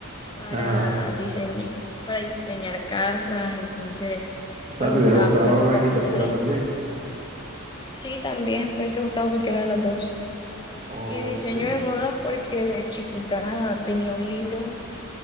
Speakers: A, on the left (about 20°); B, on the right (about 35°).
A: para
B: Ajá.
A: diseñar, para diseñar casas, entonces
B: O sea,
A: me gustaba
B: ¿te hubiera gustado
A: full hacer
B: la
A: casitas
B: arquitectura
A: ahí.
B: también?
A: Sí, también me hubiese gustado cualquiera de las dos.
B: Ok.
A: Y diseño de modas porque de chiquita tenía un libro